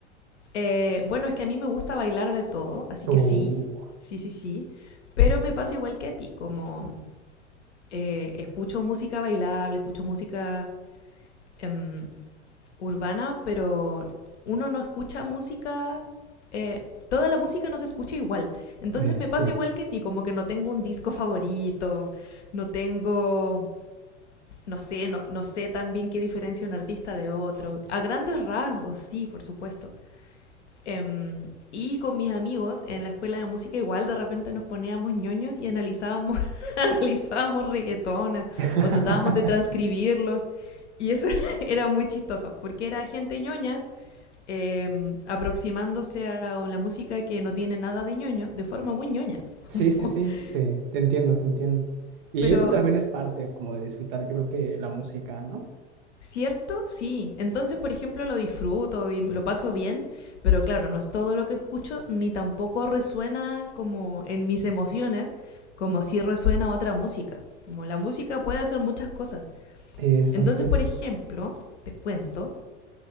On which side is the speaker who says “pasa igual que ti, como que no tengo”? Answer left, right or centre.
Left